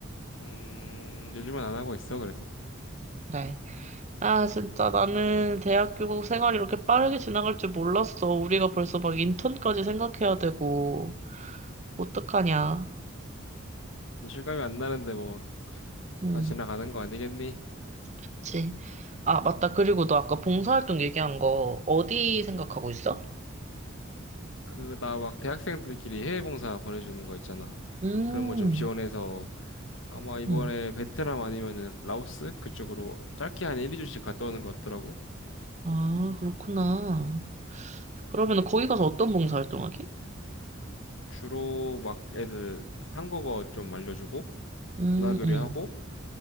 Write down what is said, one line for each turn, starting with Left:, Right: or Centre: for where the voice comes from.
Left: 음, 요즘은 안 하고 있어, 그래서.
Right: 그래. 아, 진짜 나는 대학교 생활이 이렇게 빠르게 지나갈 줄 몰랐어. 우리가 벌써 막 인턴까지 생각해야 되고. 어떡하냐.
Left: 또 실감이 안 나는데 뭐,
Right: 응,
Left: 다 지나가는 거 아니겠니?
Right: 그치. 아, 맞다. 그리고 너 아까 봉사활동 얘기한 거 어디 생각하고 있어?
Left: 그, 나 막 대학생들끼리 해외봉사 보내주는 거 있잖아.
Right: 음,
Left: 그런 거 좀 지원해서 아마 이번에
Right: 음.
Left: 베트남 아니면은 라오스 그쪽으로 짧게 한 1, 2주씩 갔다 오는 것 같더라고.
Right: 아, 그렇구나. 그러면 거기 가서 어떤 봉사활동 하게?
Left: 주로 막 애들 한국어 좀 알려주고
Right: 음,
Left: 문화 교류하고
Right: 음,